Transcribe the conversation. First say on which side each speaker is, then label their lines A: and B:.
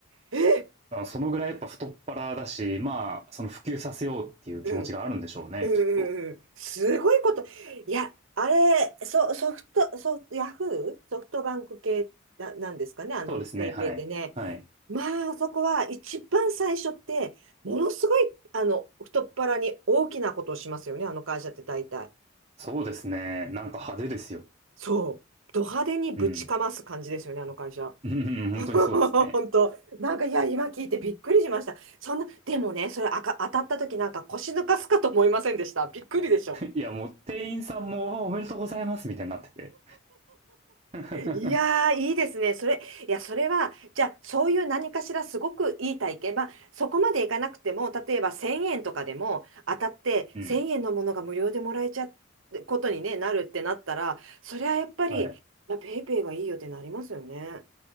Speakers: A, on the right; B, on the right.
A: え、
B: そのぐらいやっぱ太っ腹だし、まあ、その普及させようっていう気持ちがあるんでしょうね、
A: うん。うん
B: きっと。
A: うんうん。すごいこと。いや、あれ、ソ、ソフト、ソ、ヤフーソフトバンク系な、なんですかね、あの、
B: そうですね、
A: ペイペイってね。
B: はい。はい。
A: まあ、そこは一番最初って、ものすごい、あの、太っ腹に大きなことをしますよね、あの会社って大体。
B: そうですね、なんか派手ですよ。
A: そう。ド派手にぶちかます感じですよね、
B: うん。
A: あの会社。
B: <laughs> うん本当にそうですね。
A: <laughs> 本当。なんか、いや、今聞いてびっくりしました。そんな、でもね、それあか、当たった時なんか腰抜かすかと思いませんでした。びっくりでしょ。
B: いや、もう店員さんもおめでとうございますみたいになってて。<laughs>
A: いやー、いいですね。それ、いや、それは、じゃあ、そういう何かしらすごくいい体験。まあ、そこまでいかなくても、例えば1000円とかでも当たって1000円のものが無料でもらえちゃうことに、
B: うん。
A: ね、なるってなったら、それはやっぱり、
B: はい。
A: いや、ペイペイがいいよってなりますよね。